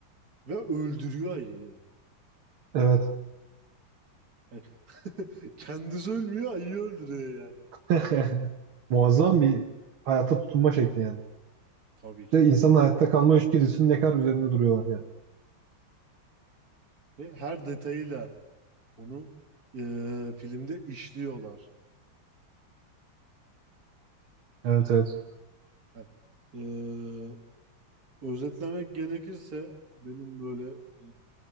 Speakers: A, on the right (about 45°); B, on the right (about 80°).
A: Ve öldürüyor ayıyı.
B: Evet.
A: Yani <laughs> kendisi ölmüyor, ayıyı öldürüyor yani.
B: <laughs> Muazzam bir hayata tutunma şekli yani.
A: Tabii ki
B: İşte
A: tabii
B: insanın
A: ki.
B: hayatta kalma içgüdüsünün ne kadar üzerinde duruyorlar yani.
A: Ve her detayıyla onu e, filmde işliyorlar.
B: Evet evet.
A: Yani, e, özetlemek gerekirse benim böyle e,